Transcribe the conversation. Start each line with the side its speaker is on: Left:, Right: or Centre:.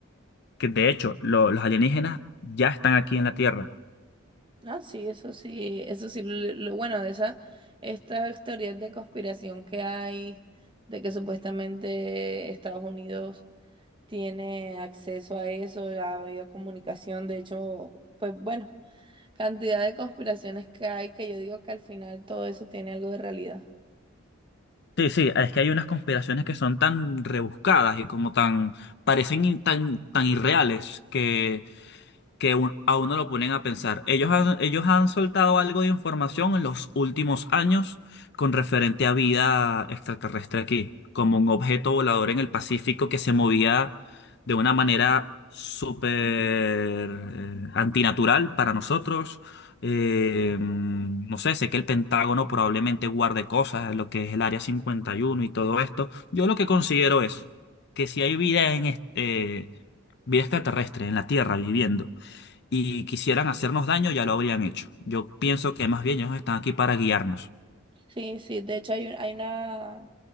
Left: que de hecho, lo- los alienígenas ya están aquí en la Tierra.
Right: Ah, sí, eso sí, eso sí, lo, lo- bueno de esa, estas teorías de conspiración que hay, de que supuestamente Estados Unidos tiene acceso a eso, ha habido comunicación, de hecho, pues bueno, cantidad de conspiraciones que hay que yo digo que al final todo eso tiene algo de realidad.
Left: Sí, sí, es que hay unas conspiraciones que son tan rebuscadas y como tan, parecen in- tan, tan irreales que que un- a uno lo ponen a pensar. Ellos han, ellos han soltado algo de información en los últimos años con referente a vida extraterrestre aquí, como un objeto volador en el Pacífico que se movía de una manera súper eh, antinatural para nosotros. Eh, mm, no sé, sé que el Pentágono probablemente guarde cosas, lo que es el Área 51 y uno y todo esto. Yo lo que considero es que si hay vida en este, eh, vida extraterrestre en la Tierra viviendo y quisieran hacernos daño, ya lo habrían hecho. Yo pienso que más bien ellos están aquí para guiarnos.
Right: Sí, sí, de hecho hay, un- hay una,